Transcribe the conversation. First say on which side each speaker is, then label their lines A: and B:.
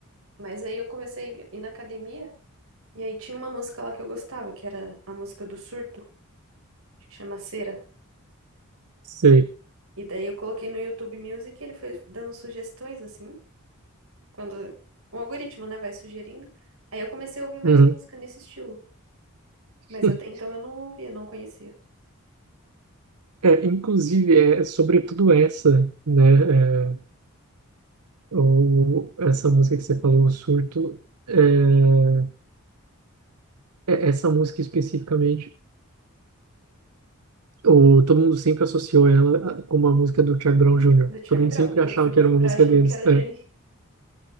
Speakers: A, on the right (about 65°); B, on the right (about 85°).
A: mas aí eu comecei a ir na academia e aí tinha uma música lá que eu gostava, que era a música do Surto, acho que chama Cera.
B: sei.
A: E daí eu coloquei no YouTube Music e ele foi dando sugestões, assim, quando o algoritmo, né, vai sugerindo. Aí eu comecei a ouvir mais
B: Uhum.
A: música nesse estilo.
B: <laughs>
A: Mas até então eu não ouvia, não conhecia.
B: É, inclusive, é é sobretudo essa, né? É, Ou essa música que você falou, o surto, é, é- essa música especificamente, o, todo mundo sempre associou ela a- com uma música do Charlie Brown Jr.
A: Do Charlie
B: Todo mundo
A: Brown.
B: sempre
A: Eu
B: achava
A: fui procurar
B: que era uma música
A: achando
B: deles.
A: que era dele.
B: é.